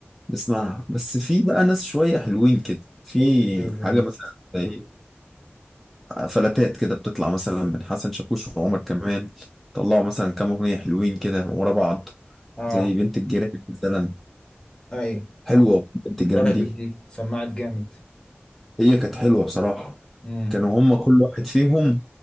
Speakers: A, in the centre; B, on the left (about 20°).
A: نسمعها بس في بقى ناس شوية حلوين كده في
B: قول لي كده تاني
A: حاجة مثلا زي فلاتات كده بتطلع مثلا من حسن شاكوش وعمر كمان طلعوا مثلا كام أغنية حلوين كده ورا بعض
B: اه
A: زي بنت الجيران مثلا
B: ايوه صح
A: حلوة بنت
B: اتضربت
A: الجيران دي
B: دي سمعت جامد
A: هي كانت حلوة بصراحة
B: امم
A: كانوا هما كل واحد فيهم